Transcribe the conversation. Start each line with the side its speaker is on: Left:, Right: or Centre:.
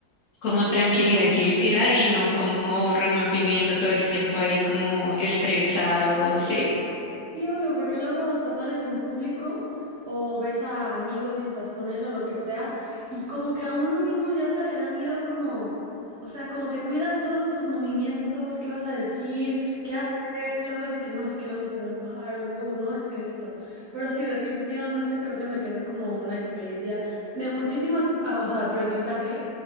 Left: como tranquilidad y felicidad y no como remordimiento todo el tiempo ahí como estresado, ¿sí?
Right: Sí, obvio, porque luego hasta sales en público o ves a amigos y estás con él o lo que sea, y como que a uno mismo ya hasta le da miedo como, o sea, como que cuidas todos tus movimientos, qué vas a decir, qué hacer, luego es de que no, es que luego se va a enojar o luego no, es que esto. Pero sí, definitivamente creo que me quedó como una experiencia de muchísimo, ex- a- o sea, aprendizaje.